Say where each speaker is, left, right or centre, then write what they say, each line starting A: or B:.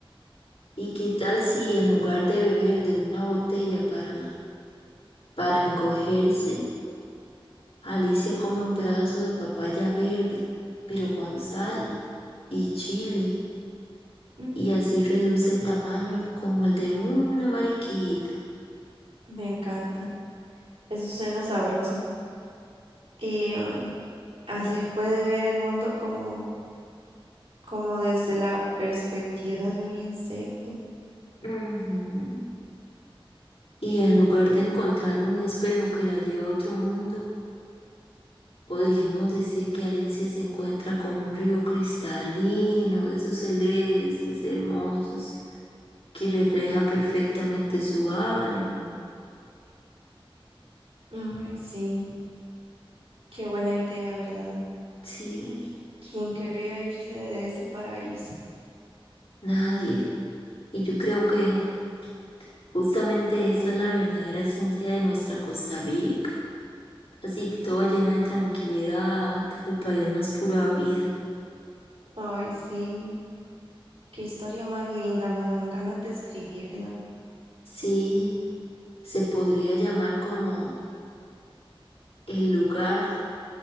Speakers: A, on the left; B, on the right.
A: ¿y qué tal si en lugar de beber de una botella para, para encogerse, Alicia come un pedazo de papaya verde, pero con sal y chile?
B: Mm,
A: y así reduce el tamaño como el de una mariquita.
B: me encanta. Eso suena sabroso. Y mm, así puede ver el mundo como, como desde la perspectiva de un insecto.
A: Ujú. Y en lugar de encontrar un espejo que la lleva a otro mundo, podríamos decir que Alicia se encuentra con un río cristalino de sus celestes hermosos que refleja perfectamente su alma.
B: Ay, sí, qué buena idea, ¿verdad?
A: Sí,
B: ¿Quién querría irse de ese paraíso?
A: nadie. Y yo creo que justamente esa es la verdadera esencia de nuestra Costa Rica. Así toda llena de tranquilidad, el país más pura vida.
B: Ay, sí, qué historia más linda, me dan ganas de escribirla.
A: Sí, se podría llamar como el lugar